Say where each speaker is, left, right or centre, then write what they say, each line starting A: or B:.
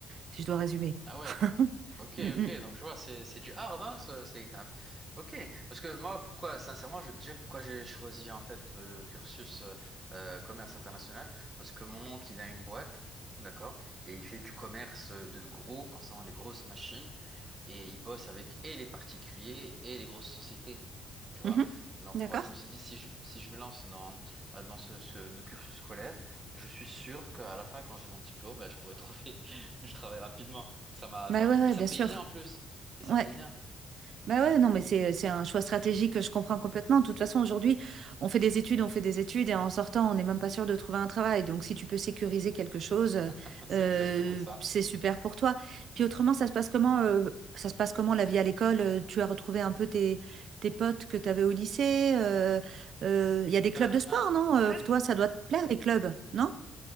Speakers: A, on the right; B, on the right.
A: si je dois résumer.
B: Ah ouais,
A: <laughs>
B: Ok,
A: Mm,
B: ok,
A: mm.
B: donc je vois, c'est c'est du hard, hein, ça, c'est un- ok. Parce que moi, pourquoi, sincèrement, je vais te dire pourquoi j'ai choisi en fait le cursus euh, euh, commerce international, parce que mon oncle, il a une boîte, d'accord, et il fait du commerce euh, de gros, concernant les grosses machines, et il bosse avec et les particuliers et les grosses sociétés. Tu vois?
A: Mhm.
B: Donc
A: D'accord?
B: moi je me suis dit si je, si je me lance dans, euh, dans ce, ce de cursus scolaire, je suis sûr qu'à la fin quand j'ai mon diplôme, ben, je pourrai <laughs> trouver du travail rapidement. Ça m'a,
A: Bah
B: ça m'a-
A: ouais, ouais,
B: Et ça
A: bien
B: paye
A: sûr.
B: bien en plus. Et ça
A: Ouais.
B: paye bien.
A: Bah ouais, non, mais c'est, c'est un choix stratégique que je comprends complètement. De toute façon, aujourd'hui, on fait des études, on fait des études et en sortant, on n'est même pas sûr de trouver un travail. Donc, si tu peux sécuriser quelque chose,
B: <laughs> C'est
A: euh,
B: exactement ça.
A: c'est super pour toi. Puis autrement, ça se passe comment, euh, ça se passe comment la vie à l'école? euh, Tu as retrouvé un peu tes, tes potes que tu avais au lycée? euh, euh, Il y a des
B: Ben
A: clubs de sport, non?
B: en
A: Euh,
B: fait,
A: toi, ça doit te plaire, les clubs, non?